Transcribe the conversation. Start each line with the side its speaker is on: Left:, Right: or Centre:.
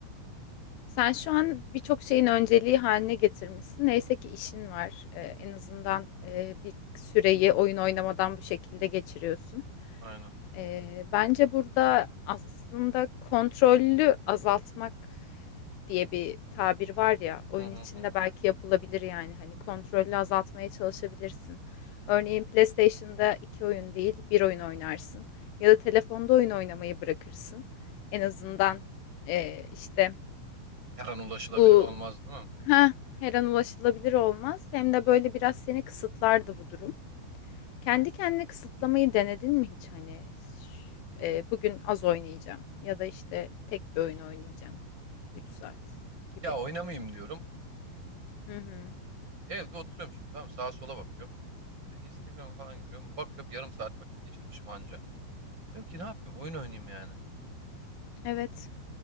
Left: Sen şu an birçok şeyin önceliği haline getirmişsin. Neyse ki işin var. Ee, en azından e, bir süreyi oyun oynamadan bu şekilde geçiriyorsun.
Right: Aynen.
Left: Ee, bence burada aslında kontrollü azaltmak diye bir tabir var ya. Oyun
Right: Hı hı
Left: içinde
Right: hı hı.
Left: belki yapılabilir yani. Hani kontrollü azaltmaya çalışabilirsin. Örneğin PlayStation'da iki oyun değil, bir oyun oynarsın. Ya da telefonda oyun oynamayı bırakırsın. En azından e, işte
Right: Her an ulaşılabilir
Left: bu.
Right: olmaz değil mi?
Left: Ha, her an ulaşılabilir olmaz. Hem de böyle biraz seni kısıtlardı bu durum. Kendi kendine kısıtlamayı denedin mi hiç hani? Ş- e, bugün az oynayacağım ya da işte tek bir oyun oynayacağım. üç saat gibi.
Right: Ya oynamayayım diyorum.
Left: Hı hı.
Right: Evde oturuyorum şimdi tamam mı? sağa sola bakıyorum. E, Instagram'a falan giriyorum. Bakıyorum yarım saat vakit geçirmişim anca. Diyorum ki ne yapayım oyun oynayayım yani.
Left: Evet.